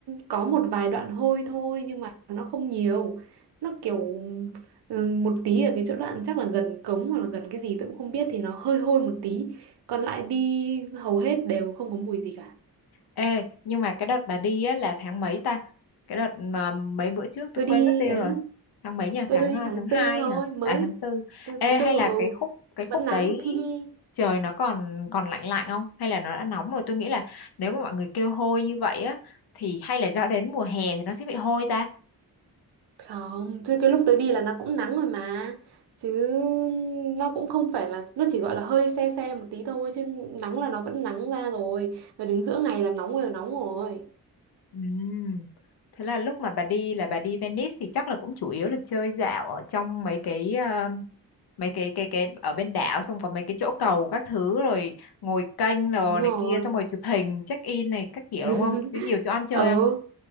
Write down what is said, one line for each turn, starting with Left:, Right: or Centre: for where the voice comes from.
Right: có một vài đoạn hôi thôi nhưng mà nó không nhiều. Nó kiểu ừ, một tí ở cái chỗ đoạn chắc là gần cống hoặc là gần cái gì tôi cũng không biết thì nó hơi hôi một tí. Còn lại đi hầu hết đều không có mùi gì cả.
Left: Ê, nhưng mà cái đợt bà đi á là tháng mấy ta? Cái đợt mà mấy bữa trước tôi
Right: Tôi
Left: quên
Right: đi
Left: mất tiêu
Right: ấy,
Left: rồi. Tháng mấy nhỉ?
Right: tôi
Left: Tháng
Right: tôi đi
Left: à,
Right: tháng
Left: tháng 2
Right: tư thôi,
Left: hả?
Right: mới
Left: À tháng tư
Right: từ
Left: Ê,
Right: tháng tư
Left: hay là
Right: ừ
Left: cái khúc cái khúc
Right: vẫn nắng
Left: đấy
Right: <laughs> hi hi
Left: trời nó còn còn lạnh lạnh không? Hay là nó đã nóng rồi? Tôi nghĩ là nếu mà mọi người kêu hôi như vậy á thì hay là do đến mùa hè thì nó sẽ bị hôi ta
Right: Không, chứ cái lúc tới đi là nó cũng nắng rồi mà. Chứ nó cũng không phải là, nó chỉ gọi là hơi se se một tí thôi. Chứ nắng là nó vẫn nắng ra rồi. Rồi đến giữa ngày là nóng rồi, nóng rồi.
Left: Ừm, Thế là lúc mà bà đi là bà đi Venice thì chắc là cũng chủ yếu là chơi dạo ở trong mấy cái ờ, mấy cái cái cái ở bên đảo xong có mấy cái chỗ cầu các thứ rồi ngồi kênh rồi
Right: Đúng rồi.
Left: này kia xong rồi chụp hình check in này các kiểu
Right: <laughs>
Left: đúng không? Có nhiều chỗ ăn chơi
Right: Ừ,
Left: không?